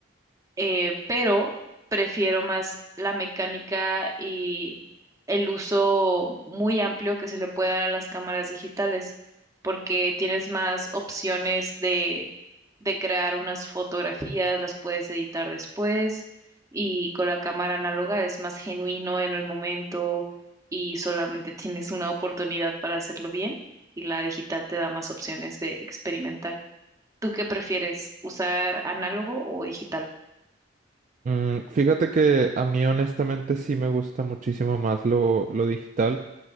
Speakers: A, on the right; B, on the right.
A: eh, pero prefiero más la mecánica y el uso muy amplio que se le puede dar a las cámaras digitales, porque tienes más opciones de, de crear unas fotografías, las puedes editar después, y con la cámara análoga es más genuino en el momento y solamente tienes una oportunidad para hacerlo bien, y la digital te da más opciones de experimentar. ¿Tú qué prefieres, usar análogo o digital?
B: Mm, fíjate que a mí honestamente sí me gusta muchísimo más lo, lo digital,